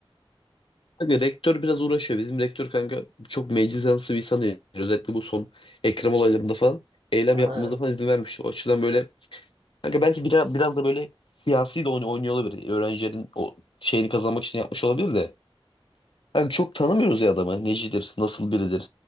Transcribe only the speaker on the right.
<laughs> Aha,
Evet.